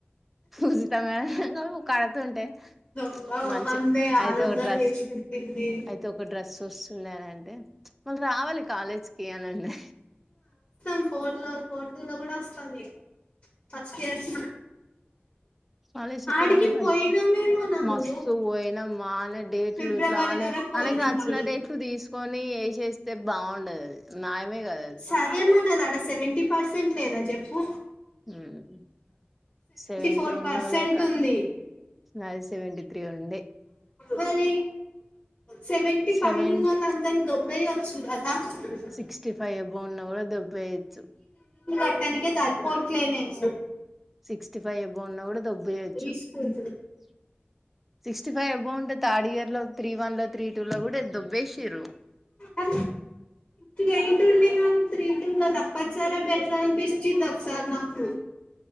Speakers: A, in the centre; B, on the left.
A: పూజిత మేడం గారు కడుతుంటే
B: దొంగ మొహందే
A: మంచి అయితే
B: ఆరు వందలు
A: ఒక డ్రస్
B: చేసి పెట్టింది
A: అయితే ఒక డ్రస్ వస్తు నేనంటే వాళ్ళు రావాలి కాలేజ్ కి అనింది
B: మ్ఫోర్ లో ఫోర్ టు లో గూడా వస్తంది ఫస్ట్ ఇయర్స్
A: కాలేజీకి
B: ఆడికి
A: రావాలి
B: పోయినామే మనము
A: మస్తు పోయిన మానే డేట్లు
B: ఫిబ్రవరి
A: ఇట్లానే
B: వరకు పోయినాం
A: అనకి నచ్చిన
B: ఆడికి
A: డేట్లు తీసుకు కొని ఏ సేస్తే బావుండదు అది న్యాయమే కదా అది
B: సరేమనది అడ సెవెంటీ పర్సెంట్ లేదా చెప్పు
A: మ్ సెవెంటీ
B: ఫోర్
A: ఉన్నోళ్ల
B: పర్సెంట్
A: క
B: ఉంది
A: నాది సెవెంటీ త్రీ ఉండే
B: మరి సెవెంటి
A: సెవెంటీ
B: పైన ఉన్నోళ్ళందర్ని! !!!!!!!!! గ
A: సిక్స్టీ ఫైవ్ ఎబో ఉన్నా కూడా దొబ్బేయచ్చు
B: ఆడికి! !!!!!!!!! సరిపోట్లేనేను
A: సిక్స్టీ ఫైవ్ ఎబౌ ఉన్నా కూడా!
B: ఈ
A: !
B: స్కూల్
A: !!!!!!!! సిక్స్టీ ఫైవ్ ఎబౌ ఉంటే థర్డ్ ఇయర్ లో త్రీ వన్ లో త్రీ టూ లో కూడా! !!!!!!!!!
B: అ ఎయిట్ ఉండే నాం త్రీ టు లొ లక్ పత్సా రే బెటర్ అనిపించింది ఒకసారి నాకు